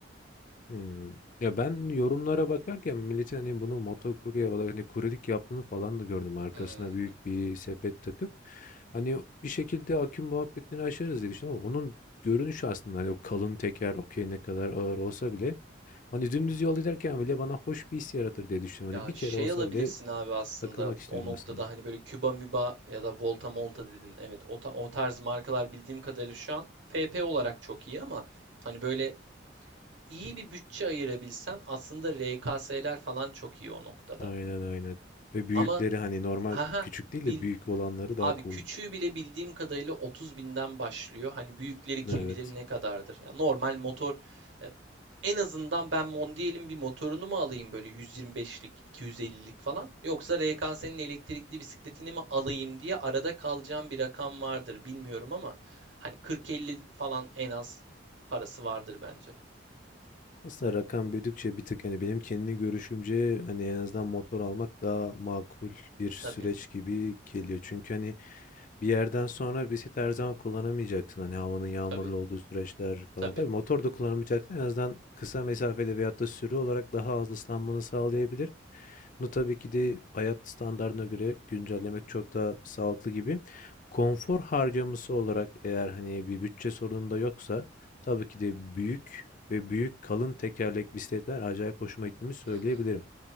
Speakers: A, on the left; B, on the right.
A: Hımm. Ya, ben yorumlara bakarken milletin, hani, bunu motokurye olarak, hani, kuryelik yaptığını falan da gördüm. Arkasına
B: Hmm.
A: büyük bir sepet takıp, hani, bir şekilde aküm muhabbetini aşarız diye düşündüm ama onun görünüşü aslında, hani, o kalın teker, okey, ne kadar ağır olsa bile, hani, dümdüz yol giderken bile bana hoş bir his yaratır diye düşünüyorum.
B: Ya
A: Hani, bir
B: şey
A: kere olsa
B: alabilirsin
A: bile
B: abi aslında
A: takılmak istiyorum
B: o noktada
A: aslında.
B: hani böyle Küba Müba ya da Volta Molta dedin. Evet o, ta- o tarz markalar bildiğim kadarıyla şu an FP olarak çok iyi ama hani böyle iyi bir bütçe ayırabilsen aslında RKS'ler falan çok iyi o noktada.
A: Aynen, aynen ve büyükleri,
B: Ama
A: hani, normal
B: haha
A: küçük değil
B: bildim
A: de büyük olanları daha
B: Abi küçüğü
A: cool.
B: bile bildiğim kadarıyla 30 binden başlıyor. Hani büyükleri kim
A: Evet.
B: bilir ne kadardır. Ya normal motor ya en azından ben Mondial'in bir motorunu mu alayım böyle 125'lik, 250'lik falan yoksa RKS'nin elektrikli bisikletini mi alayım diye arada kalacağım bir rakam vardır bilmiyorum ama hani 40-50 falan en az parası vardır bence.
A: Aslında rakam büyüdükçe bir tık hani benim kendi görüşümce hani en azından motor almak daha makul bir
B: E
A: süreç
B: tabii,
A: gibi geliyor. Çünkü hani bir yerden sonra bisiklet her zaman kullanamayacaksın. Hani havanın yağmurlu
B: tabii,
A: olduğu süreçler falan.
B: tabii.
A: Tabii motor da kullanamayacaksın. En azından kısa mesafede veyahut da sürü olarak daha az ıslanmanı sağlayabilir. Bunu tabii ki de hayat standartına göre güncellemek çok daha sağlıklı gibi. Konfor harcaması olarak eğer hani bir bütçe sorunum da yoksa tabii ki de büyük ve büyük kalın tekerlek bisikletler acayip hoşuma gittiğini söyleyebilirim.
B: Hı hı.